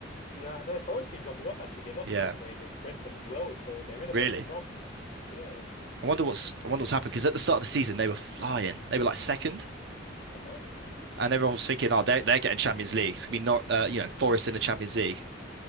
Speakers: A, on the left; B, on the right.
A: yeah, I know Forest been dropping off. Actually, they lost
B: Yeah,
A: the other day against Brentford as well, so they're in
B: really.
A: a bit of a slump. Yeah,
B: I wonder what's I wonder what's happened because at the start of the season they were flying. They were like second,
A: uh huh.
B: and everyone was thinking, oh, they're they're getting Champions League. It's gonna be not, uh, you know, Forest in the Champions League.